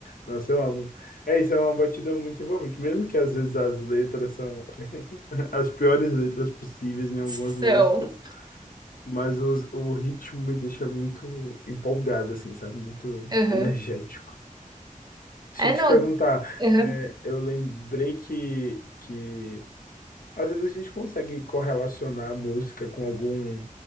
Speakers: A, on the left (about 80°); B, on the right (about 30°).
A: Nossa, eu amo. É isso, é uma batida muito envolvente, mesmo que às vezes as letras são <laughs> as piores letras possíveis em algumas
B: São.
A: músicas, mas os, o ritmo me deixa muito empolgado, assim, sabe? Muito
B: Aham.
A: energético. Se
B: É,
A: eu te
B: não.
A: perguntar,
B: Aham.
A: é, eu lembrei que, que às vezes a gente consegue correlacionar a música com algum